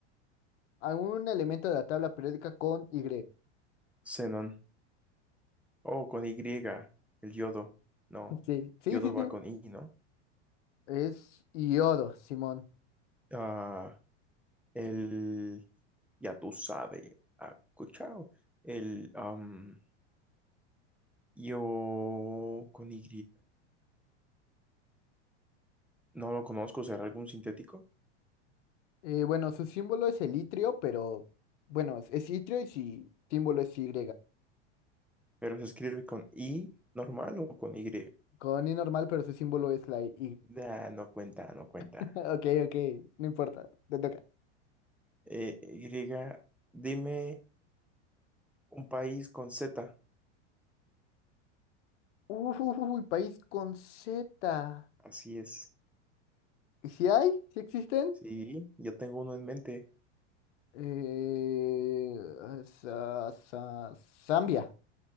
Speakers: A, on the left (about 75°); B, in the centre.
A: algún elemento de la tabla periódica con Y.
B: Xenón. Oh, con Y, el yodo. No,
A: Sí, sí,
B: yodo
A: sí,
B: va
A: sí.
B: con I, ¿no?
A: Es iodo, Simón.
B: Ah, el, ya tú sabes, ah, escuchado El, am, yo con Y, no lo conozco, será algún sintético,
A: Eh, bueno, su símbolo es el itrio, pero bueno, es itrio y su símbolo es Y.
B: pero se escribe con I normal o con Y.
A: Con I normal, pero su símbolo es la Y.
B: Ah, no cuenta, no cuenta.
A: <laughs> Ok, ok, no importa, te toca.
B: Eh, Y, dime un país con Z.
A: Uf, uf, uy, país con Z.
B: Así es.
A: ¿Y si hay? ¿Si existen?
B: Sí, yo tengo uno en mente.
A: Eh, Sa- Sa- Zambia.